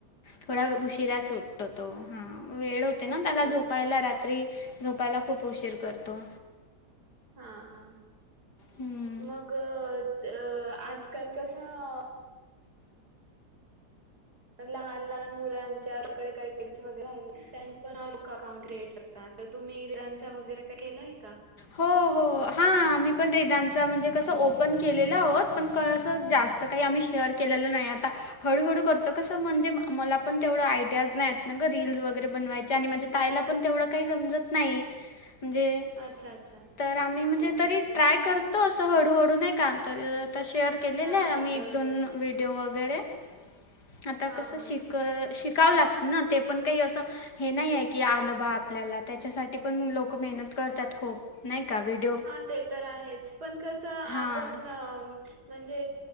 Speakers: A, on the left; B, on the right.
A: थोडा
B: अच्छा
A: उशिरा
B: अच्छा
A: च उटतो तो, हा.. वेळ होते ना त्याला
B: बरं
A: झोपायला रात्री झोपायला खूप उशीर करतो.
B: हा हा
A: हम्म.
B: मग. क त आजकाल कसं. लहान लहान मुलांच्याकडे काही वगैरे राहि पण लुक अकाउंट क्रिएटर त आता तुम्ही वेदांतचा वगैरे का केलाय का?
A: हो हो हा आम्ही पण रिदांचा म्हणजे कसं ओपन केलेलोत पण कळसच जास्त् त काई आम्ही शेअर केलेलं नाई आता. हळूहळू करतो कसं म्हणजे मला पण तेवढं आयडियाज नाईयत ना ग रील्स वगैरे बनवायच्या आणि म्हजे तायला पण तेवढं काई समजत नाई म्हणजे
B: अच्छा अच्छा.
A: तर आम्ही म्हणजे
B: ओके
A: तरी
B: ओके
A: ट्राय करतो असं हळूहळू नाई का तरी त शेअर केलेले
B: हा
A: आम्ही
B: हा
A: एक
B: बरोबर
A: दोन
B: आहे
A: व्हिडिओ वगैरे आता
B: हा
A: कसं शिक
B: हा हा
A: शिकावं लाग ना ते पण काई असं हे नाईये की आलं बा आपल्याला त्याच्यासाठी पण लोकं मेहनत करतात खूप. नाई कावीड
B: हा ते तर आहेच पण कसं आपण
A: हां
B: म्हणजे